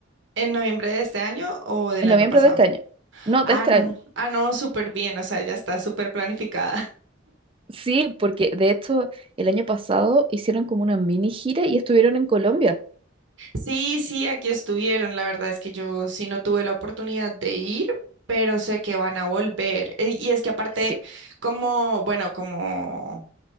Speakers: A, on the right (about 65°); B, on the right (about 25°).
A: ¿En noviembre de este año o del
B: En
A: año
B: noviembre
A: pasado?
B: de este año. No,
A: Ah,
B: de este
A: no.
B: año.
A: Ah, no, súper bien. O sea, ya está súper planificada.
B: Sí, porque de hecho, el año pasado hicieron como una mini gira y estuvieron en Colombia.
A: Sí, sí, aquí estuvieron. La verdad es que yo sí no tuve la oportunidad de ir, pero sé que van a volver. E- Y es que aparte,
B: Sí,
A: como, bueno, como